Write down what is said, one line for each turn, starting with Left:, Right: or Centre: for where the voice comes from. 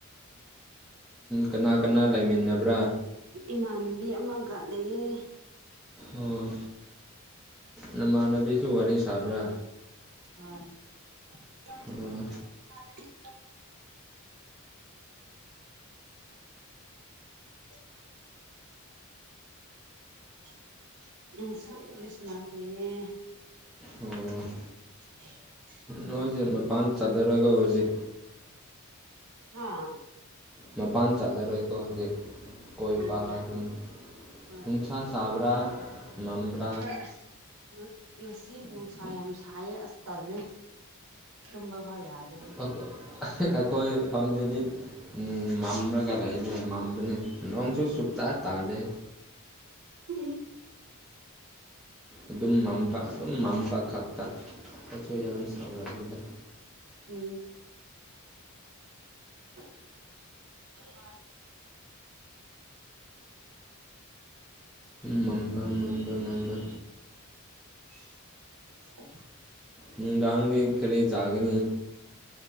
Centre: ꯀꯅꯥ ꯀꯅꯥ ꯂꯩꯃꯤꯟꯅꯕ꯭ꯔꯥ
Right: ꯏꯃꯥꯟꯅꯕꯤ ꯑꯃꯒ ꯂꯩꯌꯦ
Centre: ꯑꯣ ꯅꯃꯥꯟꯅꯕꯤꯁꯨ ꯋꯥꯔꯤ ꯁꯥꯕ꯭ꯔꯥ
Right: ꯍꯣꯏ <unintelligible>
Centre: ꯑꯣ
Right: <unintelligible> <unintelligible> <unintelligible> <unintelligible> ꯂꯩꯌꯦ
Centre: ꯑꯣ
Right: <unintelligible>
Centre: ꯅꯣꯏꯁꯦ ꯃꯄꯥꯟ ꯆꯠꯂꯥꯔꯣꯏ ꯍꯧꯖꯤꯛ
Right: ꯍꯥꯥ
Centre: ꯃꯄꯥꯟ ꯆꯠꯂꯔꯣꯏꯀꯣ ꯍꯧꯖꯤꯛ ꯀꯣꯏꯕ
Right: ꯎꯝ
Centre: ꯑꯗꯨꯝ
Right: ꯍꯣꯏ
Centre: ꯅꯤꯁꯥ ꯆꯕꯔꯥ ꯃꯝ <unintelligible>
Right: ꯍꯣꯏ ꯑꯁ ꯉꯁꯤ ꯅꯨꯡꯁꯥ ꯌꯥꯝ ꯁꯥꯏꯌꯦ ꯑꯁ ꯇꯜꯂꯦ ꯇꯨꯝꯕ ꯐꯥꯎ ꯌꯥꯗ꯭ꯔꯦ
Centre: ꯑꯣ ꯑꯩꯈꯣꯏ ꯐꯝꯗꯨꯗꯤ ꯎꯝ ꯃꯝꯂꯒ ꯂꯩꯅꯦ ꯃꯝꯕꯅꯤ ꯅꯣꯡꯁꯨ ꯁꯨꯛꯇꯥ ꯇꯥꯗꯦ
Right: ꯎꯝ <unintelligible>
Centre: ꯑꯗꯨꯝ ꯃꯝꯕ ꯑꯗꯨꯝ ꯃꯝꯕ ꯈꯛꯇ ꯑꯩꯁꯨ ꯌꯥꯝ ꯁꯥꯎꯔꯛꯈꯤꯗ
Right: ꯎꯝ <inaudible> <unintelligible>
Centre: ꯃꯝꯕ ꯃꯝꯕ ꯃꯝꯕ
Right: <inaudible> <unintelligible>
Centre: ꯅꯨꯡꯗꯥꯡꯗꯤ ꯀꯔꯤ ꯆꯥꯒꯅꯤ